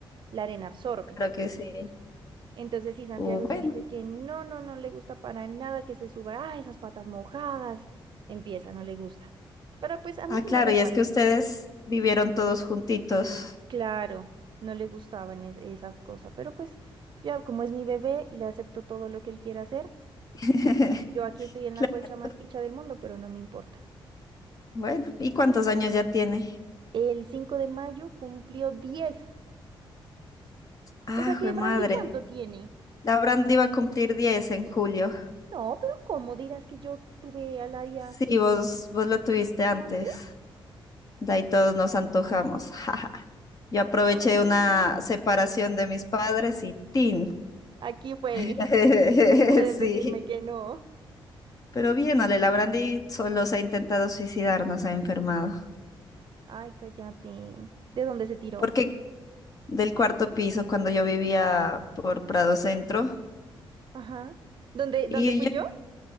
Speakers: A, on the right; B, on the left.
A: la arena absorbe.
B: claro que sí.
A: Entonces, sí, Santiago
B: Uh, bueno.
A: sí dice que no, no, no le gusta para nada que se suba, ah, esas patas mojadas, empieza, no le gusta. Pero pues a mí
B: Ah,
A: sí
B: claro,
A: me da igual.
B: y es que ustedes vivieron todos juntitos.
A: Claro, no le gustaban es- esas cosas, pero pues ya como es mi bebé, le acepto todo lo que él quiera hacer.
B: <laughs>
A: Yo aquí estoy en
B: Claro.
A: la colcha más picha del mundo, pero no me importa.
B: Bueno, ¿y cuántos años ya tiene?
A: El 5 de mayo cumplió diez.
B: Ah,
A: O sea que
B: jue
A: Brandy,
B: madre.
A: ¿cuánto tiene?
B: La Brand iba a cumplir 10 en julio.
A: No, pero ¿cómo dirás que yo tuve al área
B: Sí, vos, vos lo tuviste antes.
A: antes?
B: De ahí todos nos antojamos. <laughs> jaja. Yo aproveché
A: Ay,
B: una separación de mis padres y ¡tin!
A: aquí fue.
B: <laughs>
A: No pueden
B: Sí.
A: decirme que no.
B: Pero bien, Ale Labrandi solo se ha intentado suicidar, no se ha enfermado.
A: Ay, cállate. ¿De dónde se tiró?
B: Porque del cuarto piso, cuando yo vivía por Prado Centro,
A: Ajá. ¿Dónde,
B: y
A: dónde fui
B: yo,
A: yo?